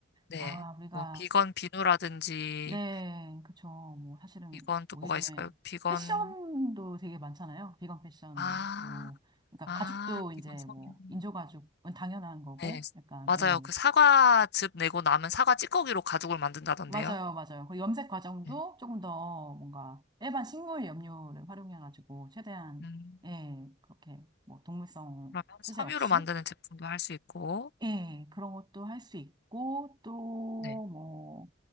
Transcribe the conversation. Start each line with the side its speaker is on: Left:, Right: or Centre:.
Left: 네.
Right: 아, 우리가,
Left: 뭐 비건 비누라든지
Right: 네, 그쵸. 뭐, 사실은
Left: 비건
Right: 뭐
Left: 또 뭐가
Right: 요즘에
Left: 있을까요? 비건
Right: 패션도 되게 많잖아요. 비건 패션도.
Left: 아,
Right: 그러니까
Left: 아,
Right: 가죽도 이제
Left: 비건 섬유.
Right: 뭐, 인조가죽은 당연한 거고,
Left: 네,
Right: 약간,
Left: 맞아요.
Right: 예.
Left: 그 사과즙 내고 남은 사과 찌꺼기로 가죽을 만든다던데요.
Right: 맞아요, 맞아요. 그 염색 과정도
Left: 네.
Right: 조금 더 뭔가 일반 식물 염료를 활용해가지고 최대한
Left: 음,
Right: 예 그렇게 뭐 동물성
Left: 그러면
Right: 소재
Left: 섬유로
Right: 없이
Left: 만드는 제품도 할 수 있고,
Right: 예 그런 것도 할 수 있고 또
Left: 네,
Right: 뭐